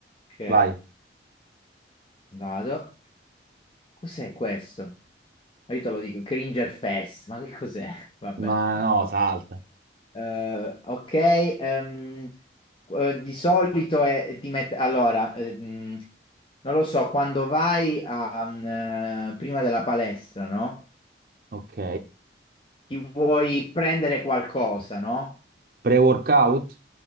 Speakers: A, on the left; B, on the right.
A: Ok,
B: Vai.
A: vado. Cos'è questo? Ma Io te lo dico, Cringer Fest, ma che cos'è? <laughs> Vabbè.
B: Ma no, salta.
A: Eh, ok, ehm, eh, di solito è di met- allora, ehm, non lo so, quando vai a, mm, eh, prima della palestra, no?
B: Ok.
A: Ti vuoi prendere qualcosa, no?
B: Pre-workout,